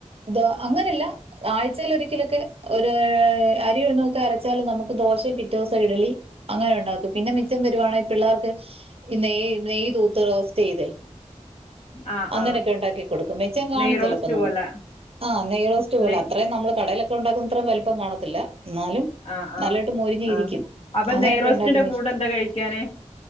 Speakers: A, on the right (about 50°); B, on the left (about 50°).
A: ദൊ അങ്ങനെല്ല. ആഴ്ചേലൊരിക്കലൊക്കെ ഒരൂ അരി ഒന്നൊക്കെ അരച്ചാല് നമ്മക്ക് ദോശേം പിറ്റേ ദിവസം ഇട്ലി അങ്ങനെ ഉണ്ടാക്കും പിന്നെ മിച്ചം വരുവാണെങ്കിൽ പിള്ളേർക്ക് ഈ നെയ് നെയ് തൂത്ത് റോസ്റ്റ് ചെയ്തേ.
B: ആ
A: അങ്ങനൊക്കെ
B: ആ
A: ഉണ്ടാക്കി കൊടുക്കും മെച്ചം കാണും
B: നെയ്റോസ്റ്റ്
A: ചിലപ്പോ നമുക്ക്.
B: പോലെ
A: ആഹ് നെയ്റോസ്റ്റ് പോലെ
B: നെയ്
A: അത്രേം നമ്മള് കടേലൊക്കെ ഉണ്ടാക്കുന്നത്രേം വലിപ്പം കാണത്തില്ല. ന്നാലും
B: ആ ആ
A: നല്ലായിട്ട് മൊരിഞ്ഞ്
B: ആ
A: ഇരിക്കും
B: അപ്പൊ
A: അങ്ങനെയൊക്കെ
B: നെയ്റോസ്റ്റിന്റെ
A: ഉണ്ടാക്കുന്ന
B: കൂടെ
A: ഇഷ്ട.
B: എന്താ കഴിക്കാന്